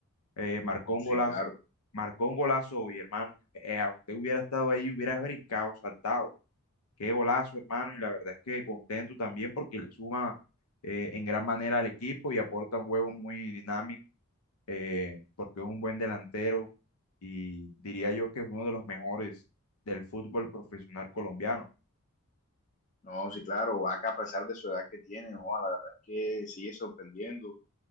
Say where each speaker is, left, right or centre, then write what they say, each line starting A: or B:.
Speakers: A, on the left (about 80°); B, on the left (about 35°).
A: eh, marcó
B: No,
A: un golazo,
B: sí, claro,
A: marcó un golazo y hermano, eh, usted hubiera estado ahí, hubiera brincado, saltado. Qué golazo, hermano, y la verdad es que contento también porque le suma eh, en gran manera al equipo y aporta un juego muy dinámico, eh, porque es un buen delantero y diría yo que es uno de los mejores del fútbol profesional colombiano.
B: no, sí, claro, Vaca a pesar de su edad que tiene, o la verdad es que sigue sorprendiendo,